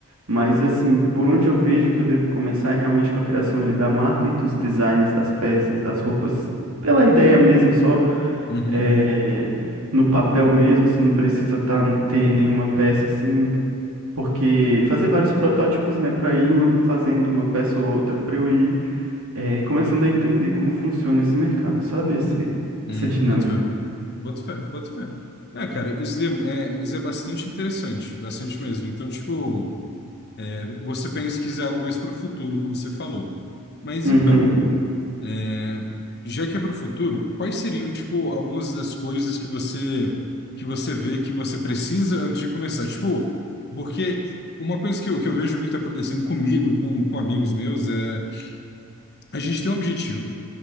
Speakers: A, on the right; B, on the left.
A: Mas, assim, por onde eu vejo que eu devo começar é realmente com a criação ali da marca e dos designs das peças, das roupas, pela ideia mesmo, só
B: uhum.
A: eh, no papel mesmo, se não precisa tá, ter nenhuma peça assim, porque fazer vários protótipos, né, para ir lan- fazendo uma peça ou outra, para eu ir é, começando a entender como funciona esse mercado, sabe? Esse,
B: Hum,
A: essa dinâmica.
B: boto fé. Boto fé, boto fé. É, cara, isso é, é- isso é bastante interessante, bastante mesmo. Então, tipo. Você pensa pesquisar algo mais para o futuro, como você falou. Mas
A: Uhum.
B: então, é, já que é para o futuro, quais seriam, tipo, algumas das coisas que você que você vê que você precisa antes de começar? Tipo, porque uma coisa que eu, que eu vejo muito acontecendo comigo e com, com amigos meus é a gente tem um objetivo,